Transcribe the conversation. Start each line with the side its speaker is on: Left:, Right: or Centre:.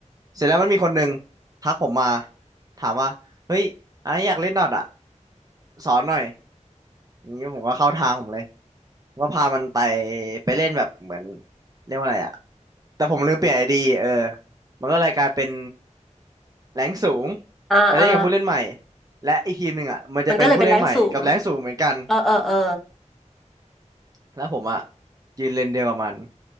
Right: เสร็จแล้วมันมีคนหนึ่งทักผมมาถามว่าเฮ้ยไอ้อยากเล่นดอทอ่ะสอนหน่อยนี้ผมก็เข้าทางผมเลยผมก็พามันไปไปเล่นแบบเหมือนเรียกว่าอะไรอ่ะแต่ผมลืมเปลี่ยนไอดีเออมันก็เลยกลายเป็นแรงค์สูง
Centre: อ่าอ่า
Right: ไปเล่นกับผู้เล่นใหม่และอีกทีมหนึ่งอ่ะมันจะเป็นผู้เล่นใหม่กับแรงค์สูงเหมือนกัน
Centre: มันก็เลยเป็นแรงสูงเออเออเออ
Right: แล้วผมอ่ะยืนเลนเดียวกับมัน